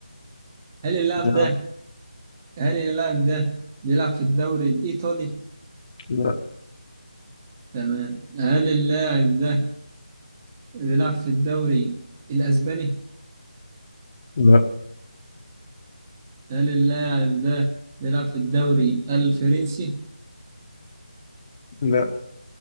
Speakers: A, on the right; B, on the left.
A: هل اللاعب
B: يلا.
A: ده هل اللاعب ده بيلعب في الدوري الايطالي
B: لا
A: تمام هل اللاعب ده بيلعب في الدوري الاسباني
B: لا لا
A: هل اللاعب ده بيلعب في الدوري الفرنسي
B: لا